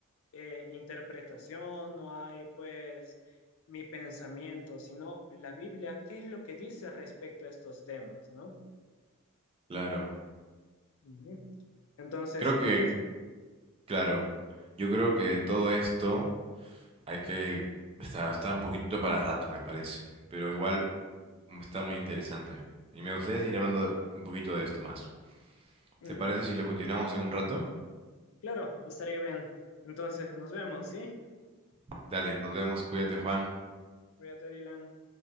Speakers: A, on the left; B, on the right.
A: eh, interpretación, no hay pues mi pensamiento, sino la Biblia, ¿qué es lo que dice respecto a estos temas, no?
B: claro.
A: Ujú. Entonces,
B: Creo que,
A: eso es,
B: claro, yo creo que todo esto... Hay que... Está, está un poquito para rato, me parece. Pero igual mm, está muy interesante. Y me gustaría seguir hablando de- un poquito de esto más.
A: mm,
B: ¿Te parece si lo continuamos en un rato?
A: Claro, estaré bien. Entonces, nos vemos, ¿sí?
B: Dale, nos vemos. Cuídate, Juan.
A: Cuídate, Dylan.